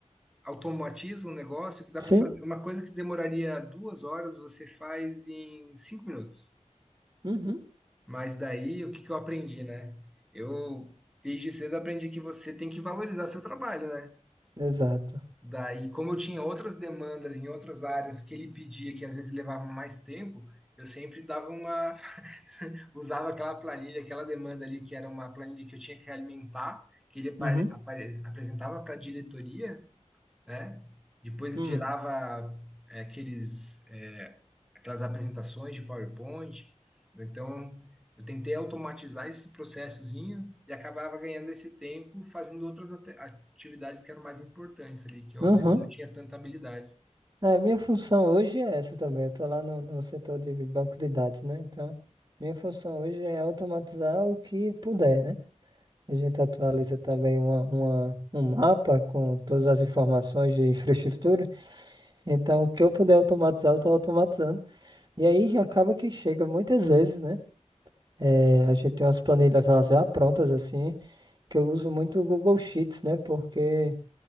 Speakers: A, in the centre; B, on the right.
A: automatiza um negócio que dá
B: Sim.
A: para fazer. Uma coisa que demoraria duas horas, você faz em cinco minutos.
B: Uhum.
A: Mas daí, o que que eu aprendi, né? Eu, desde cedo, aprendi que você tem que valorizar seu trabalho, né?
B: Exato.
A: Daí, como eu tinha outras demandas em outras áreas que ele pedia, que às vezes levavam mais tempo, eu sempre dava uma, <laughs> usava aquela planilha, aquela demanda ali, que era uma planilha que eu tinha que alimentar, que ele apare-
B: Uhum.
A: apare- apresentava para a diretoria, né? Depois
B: Hum.
A: gerava é, aqueles, é, aquelas apresentações de PowerPoint. Então, eu tentei automatizar esse processozinho e acabava ganhando esse tempo fazendo outras ate- atividades que eram mais importantes ali, que eu
B: Uhum.
A: às vezes não tinha tanta habilidade.
B: É, minha função hoje é essa também. Eu tô lá no, no setor de banco de dados, né? Então, minha função hoje é automatizar o que puder, né? A gente atualiza também uma, uma, um mapa com todas as informações de infraestrutura. Então, o que eu puder automatizar, eu estou automatizando. E aí já acaba que chega muitas vezes, né? É, a gente tem umas planilhas elas já prontas assim, que eu uso muito o Google Sheets, né? Porque